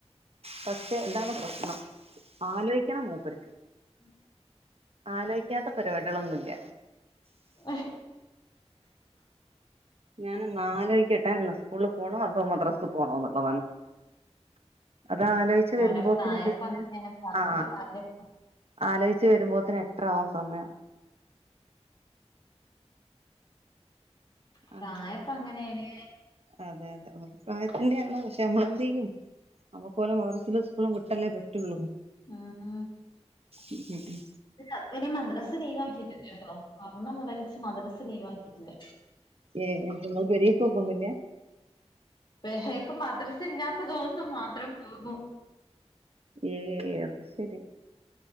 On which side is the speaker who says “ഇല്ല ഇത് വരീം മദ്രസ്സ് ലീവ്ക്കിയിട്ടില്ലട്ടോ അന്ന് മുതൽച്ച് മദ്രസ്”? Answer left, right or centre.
Left